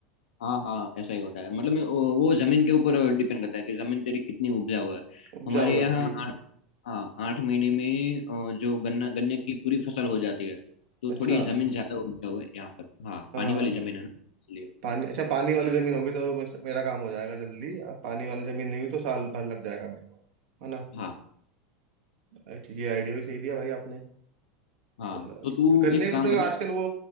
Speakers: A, on the left (about 65°); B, on the right (about 60°).
A: हाँ हाँ ऐसा ही होता है मतलब मैं- वो जमीन के ऊपर डिपेंड करता है कि जमीन तेरी कितनी उपजाऊ है
B: उपजाऊ
A: हमारे
B: है
A: यहाँ
B: ठीक है
A: आठ हाँ आठ महीने में अ, जो गन्ना गन्ने की पूरी फसल हो जाती है तो
B: अच्छा
A: थोड़ी जमीन ज्यादा उपजाऊ है यहाँ पर हाँ
B: हाँ
A: पानी वाली
B: हाँ।
A: जमीन है ना इसलिए
B: पानी अच्छा पानी वाली जमीन होगी तो बस मेरा काम हो जाएगा जल्दी अब पानी वाली जमीन नहीं हुई तो साल भर लग जाएगा मेरे को है ना
A: हाँ
B: अच्छा ये आइडिया भी सही दिया भाई आपने
A: हाँ
B: चलो
A: तो तू
B: तो गन्ने
A: एक
B: में
A: काम
B: तो
A: करना
B: आजकल वो